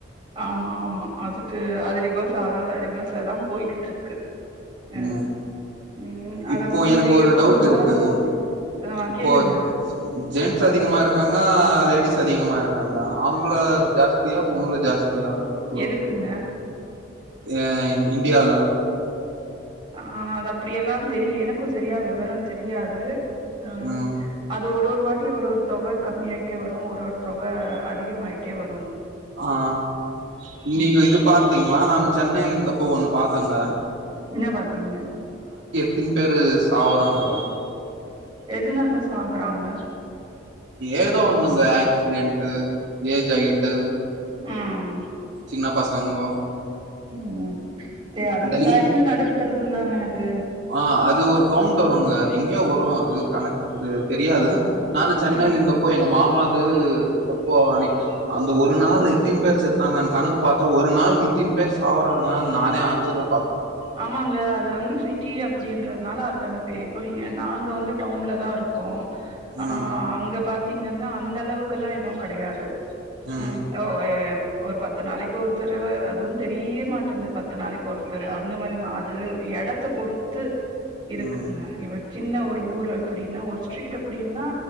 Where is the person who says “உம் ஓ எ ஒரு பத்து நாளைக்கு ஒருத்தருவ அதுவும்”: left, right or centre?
Right